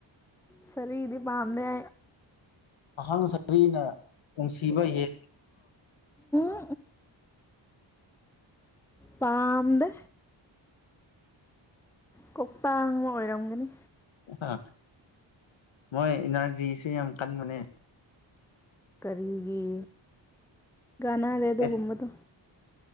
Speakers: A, in the centre; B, on the left (about 80°).
A: ꯁꯔꯤꯗꯤ ꯄꯥꯝꯗꯦ
B: ꯑꯍꯪ ꯁꯔꯤꯅ ꯅꯨꯡꯁꯤꯕ ꯌꯦ
A: ꯎꯝ
B: ꯑꯣ
A: ꯄꯥꯝꯗ ꯀꯣꯛꯄ ꯑꯃ ꯑꯣꯏꯔꯝꯒꯅꯤ
B: ꯑ ꯃꯣꯏ ꯏꯅꯔꯖꯤꯁꯨ ꯌꯥꯝ ꯀꯟꯕꯅꯦ
A: ꯀꯔꯤꯒꯤ ꯅꯥ ꯂꯩ ꯑꯗꯨꯒꯨꯝꯃ
B: ꯑꯦ
A: ꯇ